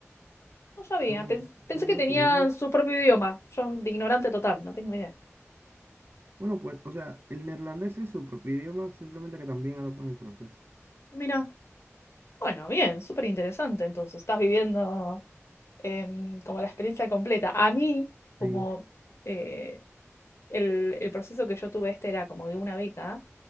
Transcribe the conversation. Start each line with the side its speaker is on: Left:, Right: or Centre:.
Left: no sabía.
Right: Son,
Left: Pens- Pensé,
Right: son
Left: que
Right: dos
Left: tenían
Right: idiomas
Left: su propio idioma. Yo, de ignorante total, no tengo idea.
Right: Bueno, pues, o sea, el neerlandés es su propio idioma, simplemente que también adoptan el francés.
Left: Mira, Bueno, bien, súper interesante. Entonces, estás viviendo em, como la experiencia completa. A mí, como
Right: Sí,
Left: eh, el, el proceso que yo tuve este era como de una beca,